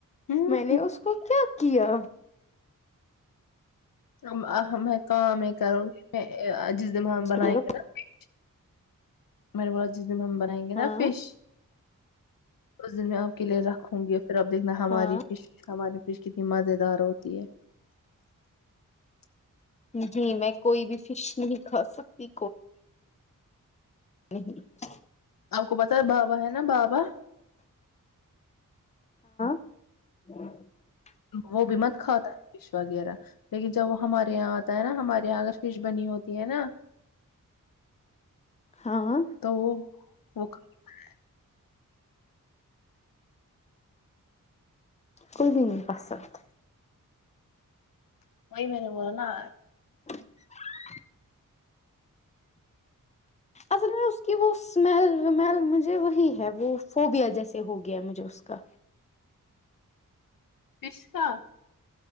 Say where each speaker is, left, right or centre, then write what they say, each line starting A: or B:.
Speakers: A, on the left; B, on the left.
A: ہوں
B: میں نے اس کو کیا کیا
A: ہمیں ہمیں کام کرو جس دن جب ہم بنائیں
B: کو بولا
A: گے نا کھچ میں نے واہا پھر ہم بنائیں گے
B: ہاں
A: نا فش اس دن میں آپ کے لیے رکھوں گی پھر اپ دیکھنا ہماری
B: ہاں
A: فش ہماری <unintelligible>
B: جی میں کوئی بھی فش نہیں کھا سکتی <inaudible>
A: اپ کو پتہ ہے نہ بابا ہے نہ بابا
B: <inaudible>
A: وہ بھی مت کھاتا ہے فش وغیرہ لیکن جب وہ ہمارے یہاں ہوتا ہے نہ ہمارے اگر فش بنی ہوتی ہے نہ
B: ہا ں
A: تو وہ <inaudible>
B: کل بھی نہیں پسند
A: وہی میں نے بولا نا
B: <inaudible> اصل میں اس کی وہ اسمیل ومیل مجھے وہی ہے وہ فوبیا جیسے ہو گیا ہے مجھے اس کا
A: رشتا